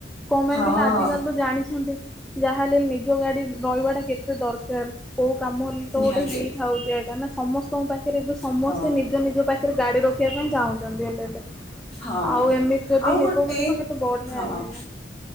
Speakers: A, in the centre; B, on the left.
A: କଣ ପାଇଁ
B: ହଁ
A: ବଇଲେ ଆଜିକାଲି ତ ଜାଣିଛନ୍ତି ଯାହା ହେଲେ ନିଜ ଗାଡି ରହିବା ଟା କେତେ ସେ ଦରକାର୍ କୋଉ କାମ ହେଲେ ତ
B: ନିହାତି
A: ଗୋଟେ ହେଇଥାଉଚି ଏକାନା ସମସ୍ତେ ତୋ ପାଖରେ ଏବେ ସମସ୍ତେ
B: ହଁ
A: ନିଜ ନିଜ ପାଖରେ ଗାଡି ରଖିବା ପାଇଁ ଚାହୁଁଛନ୍ତି ହେଲେ ହେଲେ।
B: ହଁ
A: ଆଉ ଏମିତି ଯଦି
B: ଆଉ
A: ହେବ
B: ଗୋଟେ
A: ବୋଲି ତ କେତେ ବଢିଆ
B: ହଁ
A: ହେଲେ ଲେ।